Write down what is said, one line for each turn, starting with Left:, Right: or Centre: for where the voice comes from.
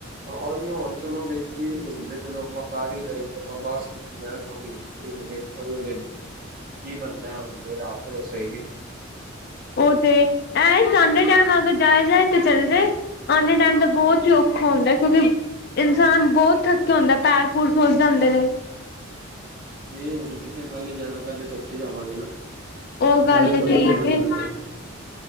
Right: ਆਹ ਹੁਣ ਚਲੋ ਵੇਖੀ ਹੁਣ ਤੇ ਚਲੋ ਆਪਾਂ ਕਾਰ ਹੀ ਲਏ ਆਪਾਂ ਬੱਸ ਕੀਤੀ ਜਾ ਤੁਸੀ ਵੇਖਾਂ ਉਹ ਕੀ ਬੰਦਾ ਭਰੋਸੇ ਹੀ
Left: ਉਹ ਤੇ ਐ ਆਦੇ ਟਾਈਮ ਅਗਰ ਜਾਇ ਜਾਏ ਤੇ ਚੱਲ ਜਾਏ ਆਂਦੇ ਟਾਈਮ ਦਾ ਬਹੁਤ ਹੀ ਔਖਾ ਹੁੰਦਾ ਕਿਉਂਕਿ ਇਨਸਾਨ ਬਹੁਤ ਥੱਕਿਆ ਹੁੰਦਾ ਪੈਰ ਬਹੁਤ ਸੁਜ ਜਾਂਦੇ ਨੇ।
Right: ਨਹੀਂ ਹੁਣ ਜਿੱਥੇ ਕੱਲੇ ਜਾਣਾ, ਪਹਿਲੇ ਤਾਂ ਉੱਥੇ ਜਾਵਾਂਗੇ ਨਾ
Left: ਉਹ ਗੱਲ
Right: ਪਹਿਲੇ
Left: ਤਾਂ
Right: ਥੋੜ੍ਹੀ
Left: ਠੀਕ
Right: ਘੁੰਮਣ ਚੱਲਾਂਗੇ।